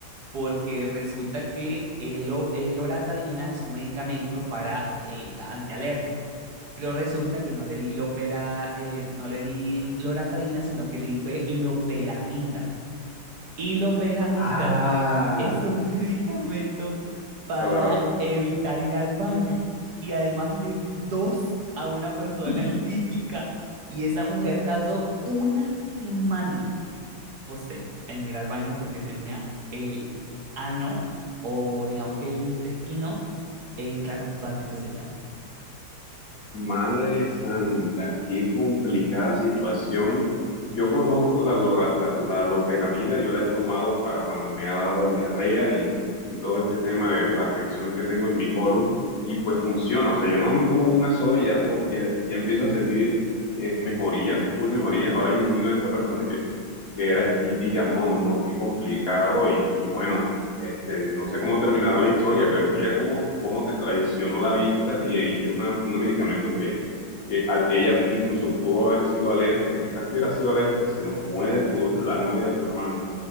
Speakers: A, on the right; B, on the left.
A: porque resulta que el, o- el loratadina es un medicamento para eh, antialérgico, pero resulta que no le di lopera, eh, no le di mm, loratadina, sino que le di fue loperamida. Y loperamida
B: Ah,
A: <laughs> es un medicamento para
B: claro.
A: evitar ir al baño. Y además le di dos a una persona
B: Y,
A: <laughs> estética y esa mujer tardó una semana José en ir al baño porque tenía el ano o digamos que el intestino, eh, claro, totalmente sellado.
B: Madre santa, qué complicada situación. Yo conozco la, lorata- la loperamida, yo la he tomado para cuando me ha dado diarrea y, y todo este tema de la afección que tengo en mi colon, y pues funciona. O sea, yo no me tomo una sola y ya, po- ya, ya empiezo a sentir eh, mejoría, full mejoría. Ahora me imagino a esta persona que, que era típica, no, no, no, qué complicado. Y, y bueno, este, no sé cómo terminará la historia, pero mira cómo, cómo te traicionó la vista y le diste una- un medicamento que, que- al que ella incluso pudo haber sido alérgica. ¿Qué tal que hubiera sido alérgica? Se nos muere tu- la novia de tu hermano.